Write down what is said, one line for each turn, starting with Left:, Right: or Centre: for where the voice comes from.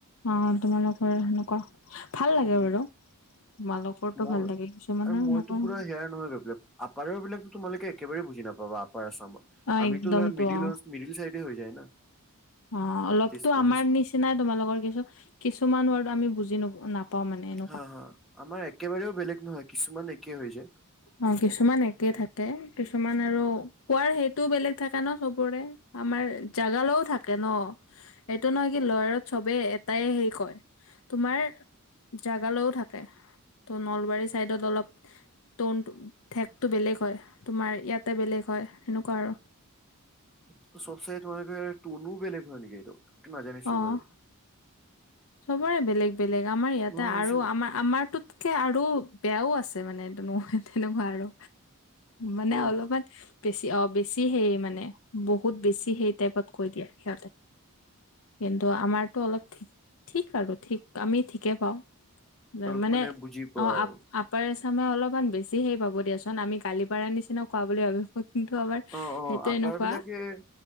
Left: অ', তোমালোকৰ সেনেকুৱা ভাল লাগে
Centre: উম
Left: বাৰু তোমালোকৰ
Centre: মই
Left: <unintelligible> ভাল লাগে কিছুমানৰ
Centre: আৰু মইতো
Left: <unintelligible>
Centre: <unintelligible> আপাৰৰ বিলাকো <unintelligible> একে বাৰে বুজি নাপাবা আপাৰ আছামত
Left: অ
Centre: আমিতো
Left: একদমটো
Centre: ধৰা মিডিলৰ
Left: অ
Centre: মিডিল <unintelligible> <unintelligible> যায় না?
Left: অ', অলপতো
Centre: তেজপুৰ
Left: আমাৰ
Centre: চেজপুৰ
Left: নিচিনাই তোমালোকৰ কিছু কিছুমান ৱাৰ্ড আমি বুজি <unintelligible> এনেকুৱা
Centre: হা হা, আমাৰ একেবাৰেও বেলেগ নহয়, কিছুমান একেই হৈ যায়।
Left: অ', কিছুমান একে থাকে, কিছুমান আৰু কোৱাৰ সেইটো বেলেগ থাকে ন, চবৰে। আমাৰ জাগালৈও থাকে ন'। এইটো নহয় কি <unintelligible> চবেই এটাই হেৰি কয় তোমাৰ জাগালৈও থাকে ত' নলবাৰী চাইডত অলপ টনটো ঠেকটো বেলেগ হয়, তোমাৰ ইয়াতে বেলেগ হয় সেনেকুৱা আৰু।
Centre: <inaudible> চব চাই <unintelligible> বেলেগ হয় নেকি, এইটো এইটো নাজানিছিলোঁ
Left: অ
Centre: বাৰু।
Left: চবৰে বেলেগ বেলেগ আমাৰ ইয়াতে
Centre: মই ভাবিছিলো
Left: আৰু আমা আমাৰটোতকৈ আৰু বেয়াও আছে মানে <unintelligible> তেনেকুৱা আৰু। মানে
Centre: টন
Left: অলপমান বেছি অ' বেছি সেই মানে বহুত বেছি সেই টাইপত কৈ দিয়ে সিহঁতে, কিন্তু আমাৰতো অলপ ঠিক ঠিক আৰু ঠিক আমি ঠিকে পাওঁ
Centre: অলপ
Left: মানে
Centre: বুজি পোৱা
Left: অ'
Centre: আৰু
Left: আপ আপ আপাৰ আচামে অলপমান বেছি সেই পাব দিয়াচোন, আমি গালি পাৰা নিচিনা কোৱা বুলি ভাবিব। কিন্তু আমাৰ
Centre: অ অ
Left: সেইটো
Centre: আপাৰ
Left: এনেকুৱা
Centre: বিলাকে